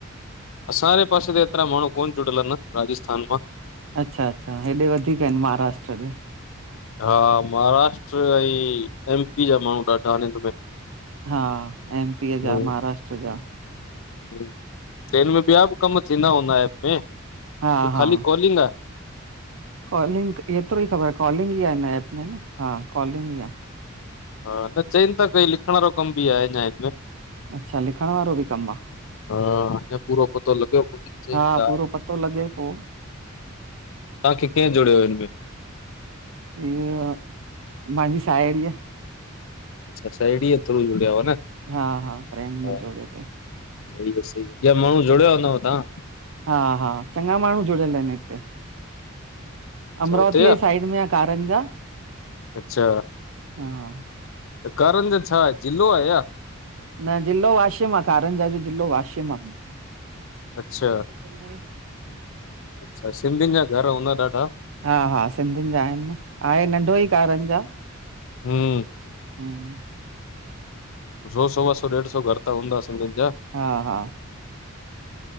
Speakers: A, on the left; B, on the right.
A: असां जे पासे ते एतरा माणूं कोन जुड़यल आएन, राजस्थान मां।
B: अच्छा अच्छा, हेॾे वधीक एन महाराष्ट्र ॾे।
A: हा महाराष्ट्र ऐं-एमपी जा माणूं ॾाढा अन हिन में।
B: हा एमपीअ
A: हम्म
B: जा, महाराष्ट्र जा
A: त हिन में ॿ्या बि कम थींदा हूंदा एप में, कि
B: हा हा
A: ख़ाली कॉलिंग आ?
B: कॉलिंग, एतरो ही ख़बर आ कॉलिंग ही आ हिन एप में न, हा कॉलिंग ही आ।
A: हा, त चइन ता कई लिखण वारो कम बि आए हिन ऐप में।
B: अच्छा, लिखण वारो बि कम आ?
A: हा, अञां पूरो पतो लॻयो कोने, चइन
B: हा
A: ता।
B: पूरो पतो लॻे पो
A: तांखे कें जोड़्यो हिन में?
B: इअं, मांजी सायड़ीअ।
A: अच्छा, सायड़ी जे थ्रू जुड़्याओ न।
B: हा हा, फ्रेंड ने
A: हा
B: जोड़्यो तईं।
A: सही आ सही आ, ॿ्या माणूं जोड़िया हूंदव तां?
B: हा हा चंङा माणूं जुड़यल अएन हिते,
A: अच्छा
B: अमरावती
A: हुते
B: जी
A: आ
B: साइड में कारंजा।
A: अच्छा
B: हा।
A: त, कारंजा छा आए, जिलो आ छा?
B: न जिलो वाशिम आ, कारंजा जो जिलो वाशिम आ।
A: अच्छा
B: <unintelligible>
A: अच्छा, सिंधिन जा घर हुंदा ॾाढा?
B: हा हा, सिंधिन जा आएन न, आए नंढो ई कारंजा।
A: हम्
B: हम्
A: सौ, सवा सौ, ॾेढ सौ घर त हूंदा सिंधिन जा?
B: हा हा